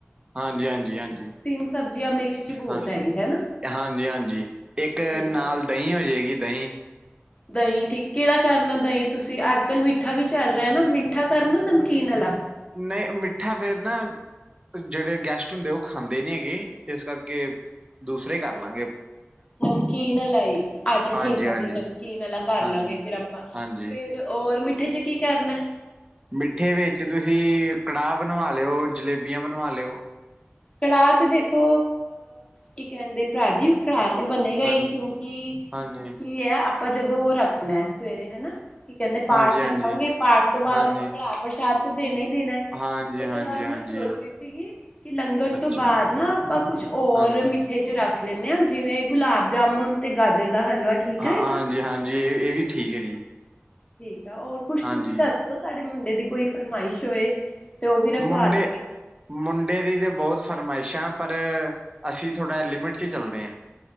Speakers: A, on the right; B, on the left.
A: ਹਾਂਜੀ, ਹਾਂਜੀ ਹਾਂਜੀ
B: ਤਿੰਨ ਸਬਜ਼ੀਆਂ ਮਿਕਸ ਚ ਬਹੁਤ
A: ਹਾਂਜੀ,
B: ਹੈਗੀ ਹਨਾ
A: ਹਾਜੀ ਹਾਂਜੀ। ਇੱਕ
B: ਠੀਕ
A: ਨਾਲ
B: ਆ
A: ਦਹੀਂ ਹੋ ਜਾਏਗੀ। ਦਹੀਂ
B: ਦਹੀਂ ਠੀਕ, ਕਿਹੜਾ ਕਰਨਾ ਦਹੀਂ ਤੁਸੀਂ, ਅੱਜ ਕੱਲ ਮਿੱਠਾ ਵੀ ਚੱਲ ਰਿਹਾ ਨਾ ਮਿੱਠਾ ਕਰਨਾ ਨਮਕੀਨ ਵਾਲਾ।
A: ਨਹੀਂ, ਮਿੱਠਾ ਫੇਰ ਨਾ ਜਿਹੜੇ, ਗੈਸਟ ਹੁੰਦੇ ਉਹ ਖਾਂਦੇ ਨੀ ਹੈਗੇ, ਇਸ ਕਰਕੇ ਦੂਸਰੇ ਕਰ ਲਾਵਾਂਗੇ।
B: ਨਮਕੀਨ ਵਾਲਾ ਈ, ਅੱਛਾ
A: ਹਾਂਜੀ
B: ਠੀਕ
A: ਹਾਂਜੀ
B: ਆ ਜੀ ਨਮਕੀਨ ਵਾਲਾ ਕਰ
A: ਹਾਂਜੀ
B: ਲਾਂਗੇ, ਫਿਰ ਆਪਾਂ
A: ਹਾਂਜੀ
B: ਫਿਰ ਰ ਮਿੱ ਇੱਦੇ, ਚ ਕੀ ਕਰਨਾ।
A: ਮਿੱਠੇ ਵਿੱਚ ਤੁਸੀਂ, ਕੜਾਹ ਬਣਵਾ ਲਿਓ ਜਲੇਬੀਆਂ, ਬਣਵਾ ਲਿਓ।
B: ਕੜਾਹ ਤੇ ਦੇਖੋ, ਕੀ ਕਹਿੰਦੇ ਭਰਾ ਜੀ, ਭਰਾ ਤੇ ਬਣੇਗਾ ਹੀ,
A: ਹਾਂਜੀ,
B: ਕਿਉਂਕਿ,
A: ਹਾਂਜੀ,
B: ਕਿ ਆਪਾਂ ਜਦੋਂ, ਰੱਖਣਾ ਹੈ ਸਵੇਰੇ ਹਨਾ ਕੀ ਕਹਿੰਦੇ ਪਾਠ
A: ਹਾਂਜੀ,
B: ਰੱਖਾਂਗੇ,
A: ਹਾਂਜੀ,
B: ਪਾਠ ਤੋਂ ਬਾਅਦ
A: ਹਾਂਜੀ,
B: ਆਪਾਂ, ਕੜਾਹ ਪ੍ਰਸ਼ਾਦ ਤੇ ਦੇਣਾ ਹੀ ਕਿ ਦੇਣਾ,
A: ਹਾਂਜੀ,
B: ਉਹ
A: ਹਾਂਜੀ,
B: ਤੋਂ ਇਲਾਵਾ
A: ਹਾਂਜੀ।
B: ਮੈਂ ਸੋਚਦੀ ਸੀਗੀ, ਕਿ ਲੰਗਰ,
A: ਅੱਛਾ,
B: ਤੋਂ ਬਾਅਦ ਨਾ ਆਪਾਂ ਕੁਛ ਹੋਰ,
A: ਹਾਂਜੀ,
B: ਮਿੱਠੇ ਚ ਰੱਖ ਲੈਂਦੇ ਹਾਂ, ਜਿਵੇਂ ਗੁਲਾਬ ਜਾਮੁਨ, ਤੇ ਗਾਜਰ ਦਾ ਹਲਵਾ ਠੀਕ
A: ਹਾਂ,
B: ਰਹੇਗਾ
A: ਹਾਂਜੀ ਹਾਂਜੀ ਇਹ ਵੀ ਠੀਕ ਹੈ ਜੀ
B: ਠੀਕ ਆ, ਹੋਰ ਕੁਛ
A: ਹਾਂਜੀ,
B: ਤੁਸੀਂ ਦੱਸ ਦੋ, ਸਾਡੇ ਮੁੰਡੇ ਦੀ ਕੋਈ ਫਰਮਾਇਸ਼ ਹੋਏ। ਤੇ ਉਹ ਵੀ ਰਖਵਾ
A: ਮੁੰਡੇ,
B: ਦਾਂਗੇ।
A: ਮੁੰਡੇ ਦੀ ਤਾਂ ਬਹੁਤ ਫਰਮਾਇਸ਼ਾਂ। ਪਰ, ਅਸੀਂ ਥੋੜ੍ਹਾ ਲਿਮਿਟ, ਚ ਚੱਲਦੇ ਹਾਂ।